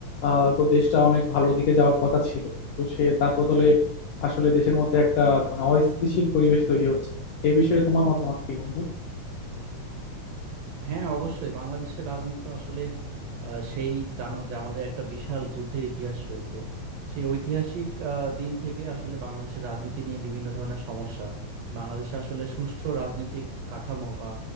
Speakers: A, on the left; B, on the right.
A: আহ, তো দেশটা অনেক ভালো দিকে যাওয়ার কথা ছিল তো সে তার বদলে আসলে দেশের মধ্যে একটা মানে অস্থিতিশীল পরিবেশ তৈরি হচ্ছে এই বিষয়ে তোমার মতামত কি বন্ধু
B: হ্যাঁ অবশ্যই বাংলাদেশের রাজনীতি তো আসলে আহ, সেই জানো যে আমাদের একটা বিশাল যুদ্ধের ইতিহাস রয়েছে সেই ঐতিহাসিক আহ, দিন থেকে আসলে বাংলাদেশের রাজনীতি নিয়ে বিভিন্ন ধরনের সমস্যা বাংলাদেশে আসলে সুষ্ঠু রাজনৈতিক কাঠামো বা